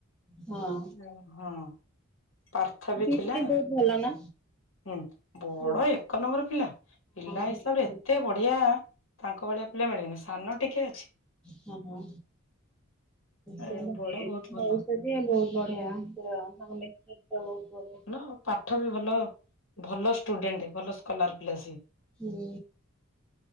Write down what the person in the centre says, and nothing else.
ହଁ।
ସେ
ବହୁତ ଭଲ ନା
ହଁ
ବହୁତ
ହୁଁ ହୁଁ।
ବହୁତ
ବଢିଆ ବହୁତ ବଢିଆ,
ହୁଁ